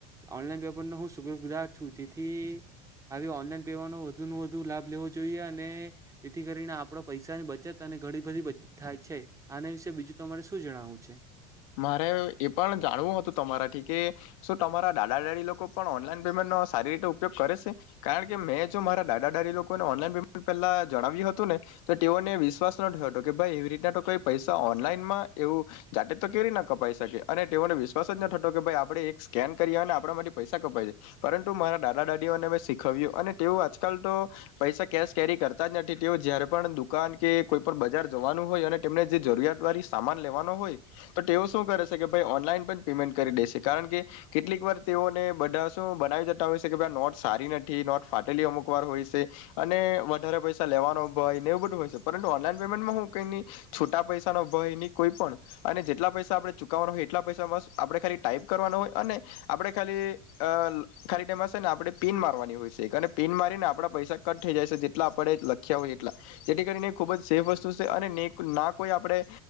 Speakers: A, on the right (about 15°); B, on the left (about 65°).
A: ઓનલાઈન પેમેન્ટનો હુ શુક્રગુજાર છું તેથી તેથી આવી ઓનલાઈન વાનો વધુ ને વધુ લાભ લેવો જોઈએ અને જેથી કરીને આપડ પૈસાની બચત અને ઘણી બધી બ થાય છે આના વિશે બીજું તમારે શું જણાવું છે
B: મારે એ પણ જાણવું હતું તમારાથી કે શું તમારા દાદા દાડી લોકો પણ ઓનલાઈન પેમેન્ટ નો સારી રીતે ઉપયોગ કરે છે કારણ કે મેં જો મારા દાદા દાડી લોકોને ઓનલાઈન પેમેન્ટ પહેલા જણાવ્યું હતું ને તો તેઓને વિશ્વાસ નયો હતો કે ભાઈ એવી રીતના કઈ પૈસા ઓનલાઈનમાં એવું જા તો કે રીના કપાઈ શકે અને તેઓને વિશ્વાસ જ નઠતો કે ભાઈ આપણે એક સ્કેન કરીએ અને આપણા માટે પૈસા કપાય છે પરંતુ મારા દાદા દાદીઓને મેં શીખવ્યું અને તેઓ આજકાલ તો પૈસા કેશ કેરી કરતા જ નથી તેઓ જ્યારે પણ દુકાન કે કોઈપ બજાર જવાનું હોય અને તેમને જે જરૂરિયાતવાળી સામાન લેવાનો હોય તો તેઓ શું કરે છે કે ભાઈ ઓનલાઈન પણ પેમેન્ટ કરી દેશે કારણ કે કેટલીક વાર તેઓને બધા શું બનાવી જતા હોય છે કે ભાઈ આ નોટ સારી નથી નોટ ફાટેલી અમુક વાર હોય છે અને વધારે પૈસા લેવાનો ભય ને એવું બધું હોય છે પરંતુ ઓનલાઈન પેમેન્ટમાં હું કઈ ન છૂટા પૈસા ન ભય નહી કોઈ પણ અને જેટલા પૈસા આપણે ચુકવાના હોય એટલા પૈસા આપણે ખાલી ટાઈપ કરવાનો હોય અને આપડણે ખાલી ખાલી ટાઈમશે ને આપણે પીન મારવાની હોય છે પીન મારીને આપણા પૈસા કટ થઈ જાય છે જેટલા આપણે લખ્યા હોય એટલા જેથી કરીને ખૂબ જ સેફ વસ્તુ છે અને ના કોઈ આપણે